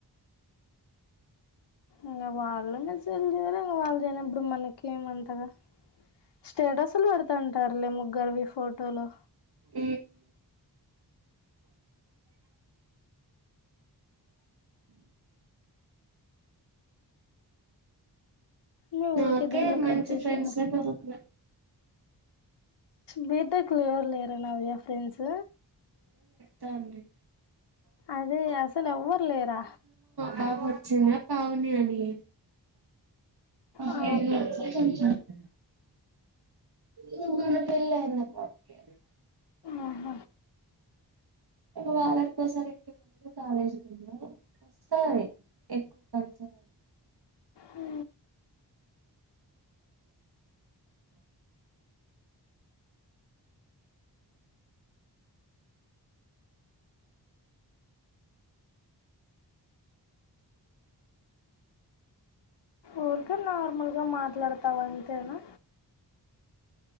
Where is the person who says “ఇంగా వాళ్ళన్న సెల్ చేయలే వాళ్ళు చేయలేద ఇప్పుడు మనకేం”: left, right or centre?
Left